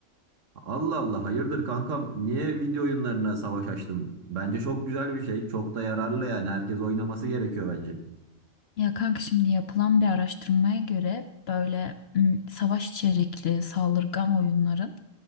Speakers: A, on the right; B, on the left.
A: Allah Allah hayırdır kankam niye video oyunlarına savaş açtın? Bence çok güzel bir şey. Çok da yararlı yani herkes oynaması gerekiyor bence.
B: Ya kanka şimdi yapılan bir araştırmaya göre böyle m, savaş içerikli saldırgan oyunların